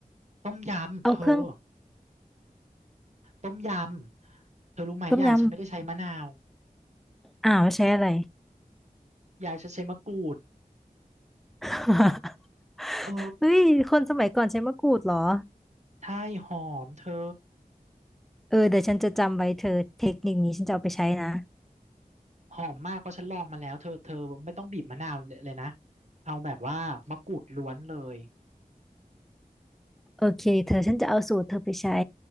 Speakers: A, on the right; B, in the centre.
A: ต้มยำเธอ
B: เอาเครื่อง
A: ต้มยำเธอรู้ไหมยายฉันไม่ได้ใช้มะนาว
B: ต้มยำอ้าวใช้อะไร
A: ยายฉันใช้มะกรูด
B: <laughs>
A: เออ
B: เฮ้ยคนสมัยก่อนใช้มะกรูดเหรอ
A: ใช่หอมเธอ
B: เออเดี๋ยวฉันจะจำไว้เธอเทคนิคนี้ฉันจะเอาไปใช้นะ
A: หอมมากเพราะฉันลองมาแล้วเธอเธอไม่ต้องบีบมะนาวเลยนะเอาแบบว่ามะกรูดล้วนเลย
B: โอเคเธอฉันจะเอาสูตรเธอไปใช้